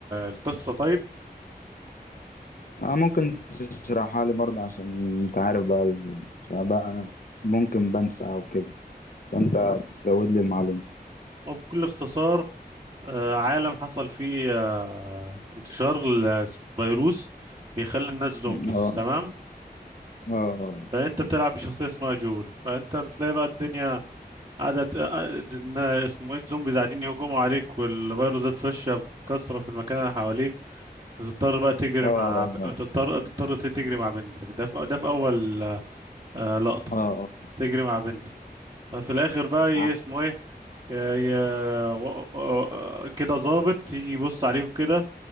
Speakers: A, on the right; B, on the left.
A: القصة طيب
B: آه، ممكن تشرحها لي برضه عشان انت عارف بقى ال- فبقى ممكن بنسى او كده فانت تزود لي المعلومة
A: وبكل اختصار آه، عالم حصل فيه آه، انتشار الفيروس بيخلي الناس زومبيز
B: م- آه.
A: تمام
B: اه
A: فانت بتلعب بشخصية اسمها جول فانت بتلاقي بقى الدنيا قاعدة آه، إن اسمه ايه الزومبيز قاعدين يهجموا عليك والفيروس ده اتفشى بكثرة في المكان اللي حواليك تضطر بقى تجري
B: اه
A: مع تضطر تضطر تجري مع بنتك ده في... ده في اول آه، لقطة
B: اه اه
A: تجري مع بنتك ففي الاخر بقى ايه
B: اه اه
A: اسمه ايه يا يا و- و- كده ظابط يجي يبص عليكم كده